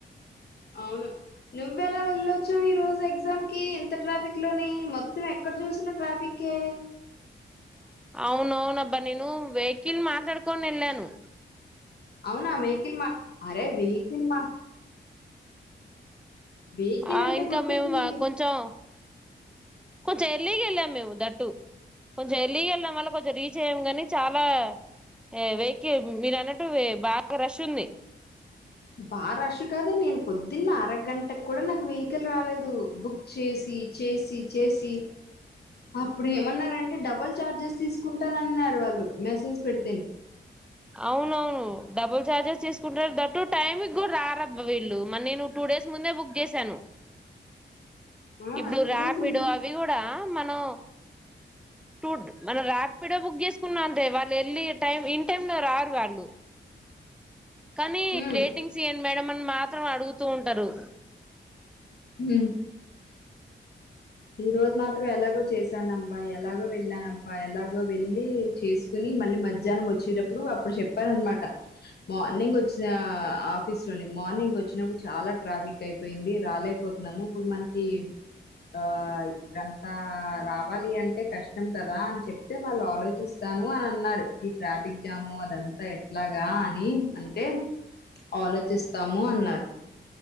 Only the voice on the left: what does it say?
అవును నువ్వు ఎలా వెళ్ళచ్చావు ఈ రోజు ఎగ్జామ్ కి ఎంత ట్రాఫిక్ లోని మొత్తం ఏక్కడ చూసిన ట్రాఫిక్ే
అవునా వెహికల్ మా అరే వెహికల్ మా వెహికల్
అంటే
గుర్తొచ్చింది
బా రష్ కాదా నేను పొద్దున్న అరగంటకు కూడా నాకు వెహికల్ రాలేదు బుక్ చేసి చేసి చేసి అప్పుడు ఏమన్నారంటే టే డబుల్ చార్జెస్ తీసుకుంటానన్నారు వాళ్ళు మెసేజ్ పెడితే ని
ఆ
టూ
డేస్ ఉమ్
ఉమ్
హ్మ్ ఈ రోజు మాత్రం ఎలాగో చేశానబ్బా ఎలాగో వెళ్ళానబ్బా ఎలాగో వెళ్లి చేసుకుని మళ్ళీ మధ్యాహ్నం వచ్చేటప్పుడు అప్పుడు చెప్పారనమాట మార్నింగ్ వచ్చిన ఆఫీస్ లోని మార్నింగ్ వచ్చినప్పుడు చాలా ట్రాఫిక్ అయిపోయింది రాలేకపోతున్నాము ఇప్పుడు మనకి ఆ గంత రావాలి అంటే కష్టం కదా అని చెప్తే వాళ్ళు ఆలోచిస్తాను ము అన్నారు ఈ ట్రాఫిక్ జాము అదంతా ఎట్లాగా అని అంటే ఆలోచిస్తాము అన్నారు